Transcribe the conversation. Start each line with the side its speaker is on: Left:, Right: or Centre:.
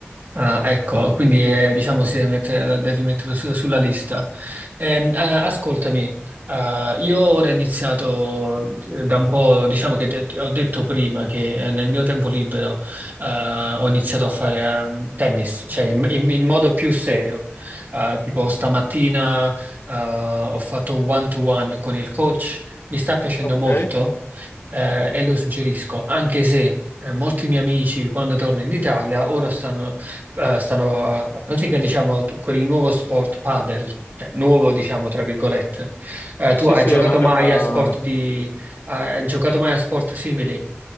Right: Ah, ecco, quindi eh, diciamo si deve mettere, la devi mettere su- sulla lista. Ehm, eh, ascoltami, eh, io ora ho iniziato eh, da un po', diciamo che te- ho detto prima che eh, nel mio tempo libero eh, ho iniziato a fare ehm, tennis, cioè in, in- in modo più serio. Eh, tipo stamattina eh, ho fatto un one-to-one con il coach, mi sta piacendo
Left: Ok.
Right: molto eh, e lo suggerisco, anche se eh, molti miei amici quando torno in Italia ora stanno eh, stanno a, a pratica, diciamo, t- quel nuovo sport padel, cioè, nuovo, diciamo, tra virgolette. Eh, tu
Left: Sì,
Right: hai
Left: sì,
Right: giocato
Left: no,
Right: mai
Left: è una...
Right: a sport di, hai giocato mai a sport simili?